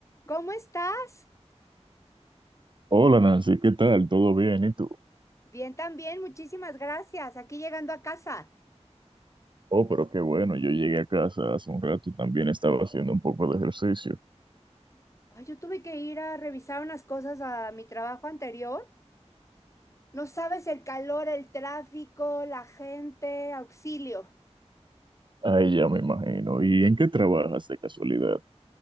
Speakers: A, on the left; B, on the right.
A: ¿Cómo estás?
B: Hola Nancy, ¿qué tal? ¿Todo bien? ¿Y tú?
A: Bien también, muchísimas gracias. Aquí llegando a casa.
B: Oh, pero qué bueno, yo llegué a casa hace un rato, también estaba haciendo un poco de ejercicio.
A: Ay, yo tuve que ir a revisar unas cosas a mi trabajo anterior. No sabes el calor, el tráfico, la gente, auxilio.
B: Ahí ya me imagino. ¿Y en qué trabajas de casualidad?